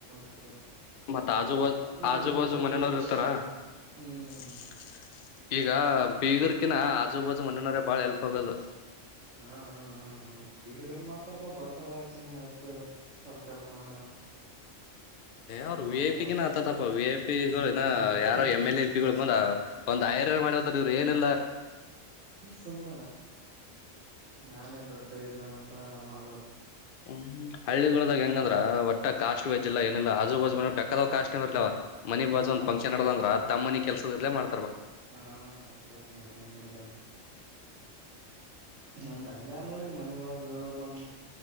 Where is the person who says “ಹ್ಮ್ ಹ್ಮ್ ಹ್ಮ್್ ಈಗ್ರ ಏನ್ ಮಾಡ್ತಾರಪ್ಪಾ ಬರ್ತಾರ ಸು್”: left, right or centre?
Right